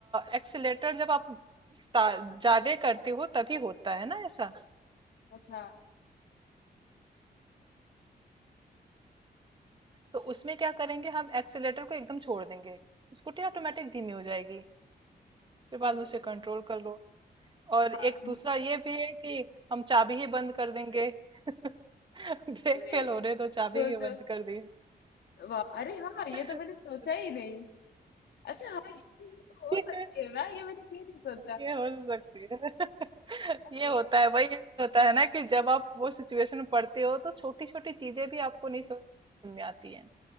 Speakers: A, on the right; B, on the left.
A: एक्सीलेटर जब आप ता- ज्यादा करते हो तभी होता है ना ऐसा
B: अच्छा
A: तो उसमें क्या करेंगे हम एक्सीलेटर को एकदम छोड़ देंगे स्कूटी ऑटोमेटिक धीमी हो जाएगी फिर बाद
B: हम्म
A: में उसे कंट्रोल कर लो और
B: हाँ,
A: एक
B: न-
A: दूसरा ये भी है कि हम चाबी ही बंद कर देंगे <laughs> ब्रेक
B: अरे
A: फेल हो रहे तो चाबी
B: सोचो
A: ही बंद कर दिए
B: वाह अरे हाँ ये
A: <laughs>
B: तो मैंने सोचा ही नहीं अच्छा हाँ ये चीज भी तो
A: ये,
B: हो सकती है ना ये मैंने क्यों नहीं सोचा
A: ये हो सकती है <laughs>
B: अरे
A: ये होता है वही होता है ना कि जब आप वो सिचुएशन में पड़ते हो तो छोटी छोटी चीजें भी आपको नहीं समझ में आती हैं